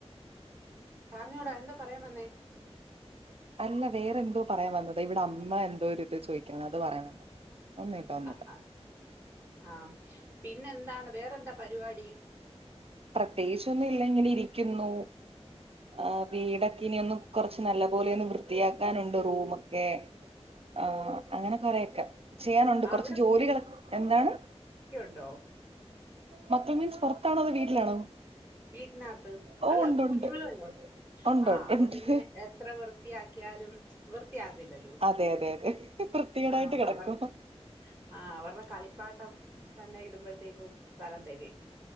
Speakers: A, on the right; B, on the right.
A: പറഞ്ഞോടാ എന്താ പറയാൻ വന്നേ
B: അല്ല വേറെന്തോ പറയ വന്ന് ഇവിടമ്മ എന്തോ ഇര്ത് ചോയിക്കുന്നത് അത് പറയാൻ വന്നതാ ഒന്നുമില്ല ഒന്നുമില്ല
A: ആ ആ ആഹ് പിന്നെ എന്താണ് വേറെന്താ പരിപാടി
B: പ്രത്യേകിച്ചൊന്നുല്ല ഇങ്ങനെ ഇരിക്കുന്നു ആ വീടൊക്കെ ഇനിയൊന്ന് കൊറച്ച് നല്ല പോലെയൊന്ന് വൃത്തിയാക്കാനുണ്ട് റൂമൊക്കെ ആ അങ്ങനെ കൊറെയൊക്കെ ചെയ്യാനുണ്ട്
A: ആ,
B: കുറച്ച്
A: അവിടെ
B: ജോലികള് എന്താണ്
A: ണ്ടോ
B: മക്കൾ മീൻസ് പൊറത്താണോ അതോ വീട്ടിലാണോ
A: വീട്ടിനകത്ത്
B: ഓ
A: അല്ല
B: ഉണ്ട്
A: കുഞ്ഞുങ്ങളുല
B: ഉണ്ട് ഉണ്ട്
A: ആ
B: ഉണ്ട്
A: അപ്പപ്പിന്നെ
B: ഉണ്ട്
A: എത്ര വൃത്തിയാക്കിയാലും വൃ ത്തിയാവില്ലല്ലോ
B: അതെ അതെ അതെ വൃത്തികേടായിട്ട്
A: ആ
B: കിടക്കും
A: അവർ ആ അവർടെ കളിപ്പാട്ടം തന്നെ ഇടുമ്പഴത്തേക്കും സ്ഥലം തെകയും